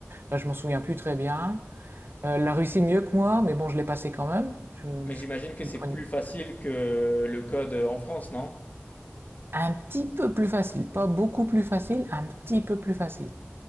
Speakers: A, on the right; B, on the left.
A: Là, je m'en souviens plus très bien. Euh, la Russie mieux que moi, mais bon, je l'ai passé quand même. Je,
B: Mais
A: je-
B: j'imagine que
A: il
B: c'est
A: prenait
B: plus facile que le code en France, non?
A: un petit peu plus facile, pas beaucoup plus facile, un petit peu plus facile.